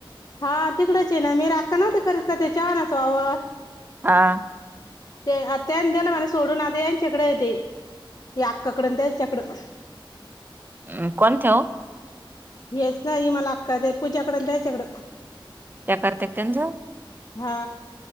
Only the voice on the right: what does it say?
हा.
अ कोणत्या ओ?
त्या करत्यात त्यांचं